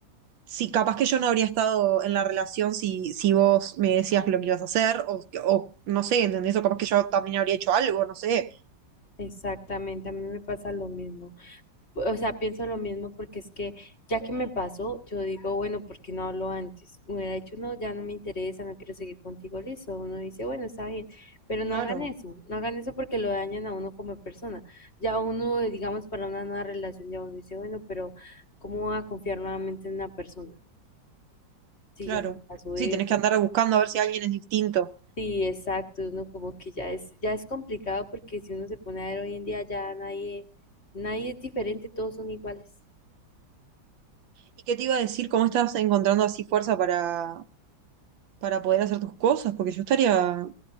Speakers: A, on the right; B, on the left.
A: sí, capaz que yo no habría estado en la relación si, si vos me decías lo que ibas a hacer, o, o no sé, ¿entendés? O capaz que yo también habría hecho algo, no sé.
B: exactamente, a mí me pasa lo mismo. O sea, pienso lo mismo porque es que ya que me pasó, yo digo, bueno, ¿por qué no hablo antes? Me hubiera dicho, no, ya no me interesa, no quiero seguir contigo, listo. Uno dice, bueno, está bien, pero no
A: Claro,
B: hagan eso, no hagan eso porque lo dañan a uno como persona. Ya uno, digamos, para una nueva relación, ya uno dice, bueno, pero ¿cómo voy a confiar nuevamente en una persona? Si
A: claro.
B: ya me pasó
A: Sí,
B: eso.
A: tenés que andar buscando a ver si alguien es distinto.
B: Sí, exacto, uno como que ya es, ya es complicado porque si uno se pone a ver hoy en día ya nadie, nadie es diferente, todos son iguales.
A: ¿Y qué te iba a decir? ¿Cómo estás encontrando así fuerza para, para poder hacer tus cosas? Porque yo estaría